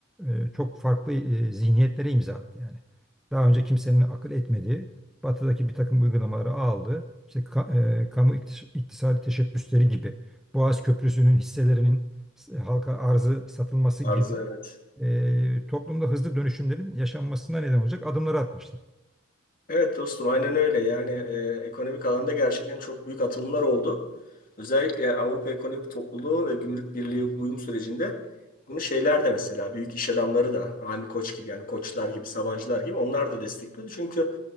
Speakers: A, in the centre; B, on the left.
A: e, çok farklı e, zihniyetlere imza attı yani. Daha önce kimsenin akıl etmediği batıdaki bir takım uygulamaları aldı. İşte ka- e, kamu iktis- iktisadi teşebbüsleri gibi, Boğaz Köprüsü'nün hisselerinin s- halka arzı satılması
B: Arıza
A: gibi
B: evet.
A: e, toplumda hızlı dönüşümlerin yaşanmasına neden olacak adımları atmıştı.
B: Evet dostum aynen öyle. Yani e, ekonomik alanda gerçekten çok büyük atılımlar oldu. Özellikle Avrupa Ekonomik Topluluğu ve Gümrük Birliği uyum sürecinde bunu şeyler de mesela büyük iş adamları da Rami Koç gibi yani Koçlar gibi Sabancılar gibi onlar da destekliyordu. Çünkü